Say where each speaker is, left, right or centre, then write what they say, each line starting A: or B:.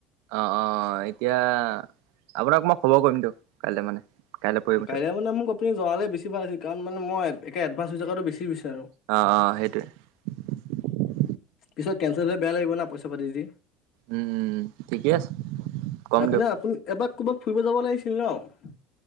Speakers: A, on the right; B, on the left.
A: অ', অ, এতিয়া, আপোনাক মই খবৰ কৰিমতো কাইলে মানে। পৰহি ভিতৰত।
B: কাইলৈ মানে মোক আপুনি জনালে বেছি ভাল আছিল কাৰণ মান মই, এডভাছ হৈ থকাটো বেছি বিচাৰোঁ
A: অ', অ, সেইটোৱে।
B: পিছত কেনচেল হলে বেয়া লাগিব না পইচা পাতি দি।
A: উম, উম, ঠিকে আছে, কম
B: এপিনে
A: দিয়ক।
B: আপুনি এবাৰ ক'ৰবাত ফুৰিব যাব লাগিছিল ন'?